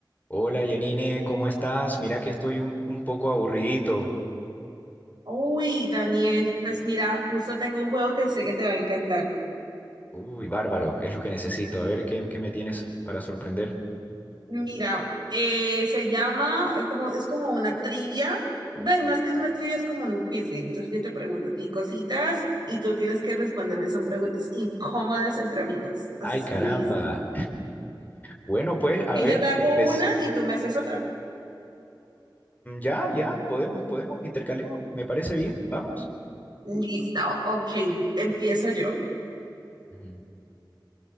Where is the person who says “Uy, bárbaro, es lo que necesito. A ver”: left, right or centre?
Left